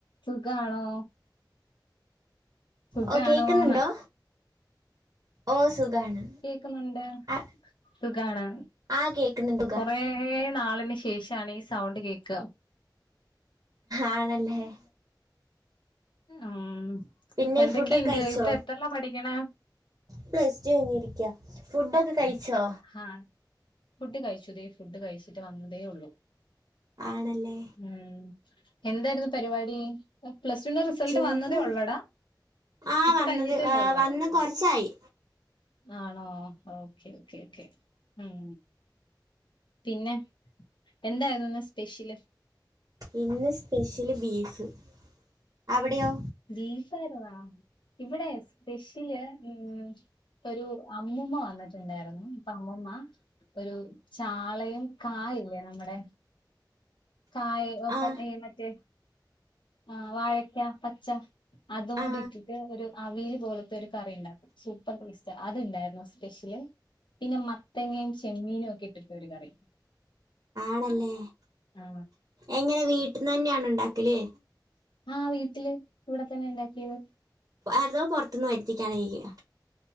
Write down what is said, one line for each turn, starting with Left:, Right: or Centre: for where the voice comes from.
Left: സുഖാണോ? സുഖാണോന്ന്
Right: ഓഹ് കേക്ക്ന്നുണ്ടോ? ഓഹ് സുഖാണ്.
Left: കേക്കുന്നുണ്ട്
Right: ആ-
Left: സുഖാണ്
Right: ആ കേക്കുന്നുണ്ട് സുഖ
Left: കൊറേ നാളിന് ശേ ഷാണ് ഈ സൗണ്ട് കേക്ക.
Right: ആണല്ലേ?
Left: ഉം
Right: പിന്നെ
Left: എന്തൊക്കെയിണ്ട്
Right: ഫുഡൊക്കെ കഴിച്ചോ
Left: ഇപ്പ എത്രലാ പഠിക്ക്ണെ?
Right: പ്ലസ് ടു കഴിഞ്ഞിരിക്ക ഫുഡൊക്കെ കഴിച്ചോ?
Left: ആഹീ ഫുഡ് കഴിച്ചു തേ ഫുഡ് കഴിച്ചിട്ട് വന്നതേ ഒള്ളൂ.
Right: ആണല്ലേ?
Left: ഉം എന്തായിരുന്നു പരിപാടി? പ്ലസ് ടുന്റെ റിസൾട്ട്
Right: ചുമ്മാ
Left: വന്നതേ
Right: ഇരി-
Left: ഒള്ളെടാ
Right: ആ
Left: ഇപ്പൊ
Right: വന്നത്
Left: കഴിഞ്ഞിട്ടല്ലേ
Right: ആ,
Left: ഒള്ളൂ?
Right: വന്ന്
Left: ആഹ്
Right: കുറച്ചായി
Left: ആണോ ഓക്കെ ഓക്കെ ഓക്കെ. ഉം പിന്നെ എന്തായിരുന്നു ഇന്ന് സ്പെഷ്യല്?
Right: ഇന്ന് സ്പെഷ്യല് ബീഫ്. അവിടെയോ?
Left: ബീഫായിരുന്നൊ? ഇവിടെ സ്പെഷ്യല് ഉം ഒരു അമ്മൂമ വന്നിട്ടുണ്ടായിരുന്നു ഇപ്പൊ അമ്മൂമ്മ ഒരു ചാളയും കാ ഇല്ലേ നമ്മുടെ? കായ
Right: ആ
Left: മറ്റേ ആഹ് വാഴക്ക പച്ച. അതും കൂടി
Right: ആ
Left: ഇട്ടിട്ട് ഒരു അവിയൽ പോലത്തെ ഒരു കറി ഇണ്ടാക്കും. സൂപ്പർ ടേസ്റ്റാ അത്ണ്ടായിരുന്നു സ്പെഷ്യല്. പിന്നെ മത്തങ്ങയും ചെമ്മീനും ഒക്കെ ഇട്ടിട്ട് ഒരു കറി.
Right: ആണല്ലേ
Left: ആ
Right: എങ്ങനെ വീട്ട്ന്നെന്നെ ആണോ ഇണ്ടാക്കല്?
Left: ആഹ് വീട്ടില് ഇവിടെ തന്നെ ഇണ്ടാക്കിയത്.
Right: അതോ പൊറത്തുന്ന് വരുത്തിക്കാൻ വൈകിയോ